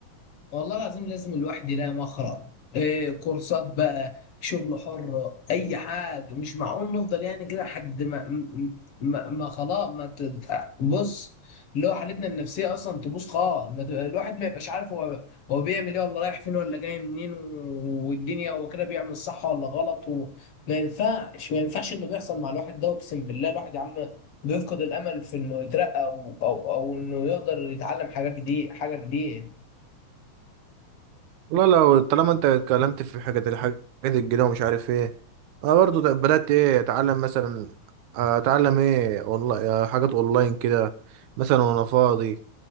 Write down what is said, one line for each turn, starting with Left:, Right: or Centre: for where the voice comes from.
Left: والله العظيم لازم الواحد يلاقي مخرج إيه كورسات بقى شغل حر اي حاجه مش معقول نفضل يعني كده لحد ما ما, ما خلاص ما تد... بص اللي هو حالتنا النفسيه اصلا تبوظ خالص ما ت- الواحد ما يبقاش عارف هو هو بيعمل ايه ولا رايح فين ولا جاي منين و- والدنيا هو كده بيعمل صح ولا غلط وما ينفعش ما ينفعش انه بيحصل مع الواحد ده اقسم بالله الواحد يا عم بيفقد الامل في انه يترقى او او او انه يقدر يتعلم حاجه جديده حاجه جديده
Right: والله لو طالما انت اتكلمت في حاجة الحاجات الجديدة ومش عارف ايه انا برضو بدأت ايه اتعلم مثلا اتعلم ايه والله حاجات اونلاين كده مثلا وانا فاضي